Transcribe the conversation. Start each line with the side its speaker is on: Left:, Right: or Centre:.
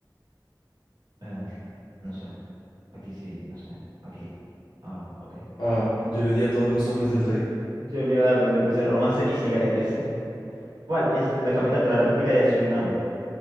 Right: Eh, no sé. Aquí sí, no sé. Aquí. Ah, ok.
Left: Ah,
Right: Ex-
Left: yo le di a todos los hombres del rey.
Right: Yo le iba a dar, pero le puse romance y cigaretes. <laughs> ¿Cuál es la capital de la República de Surinam?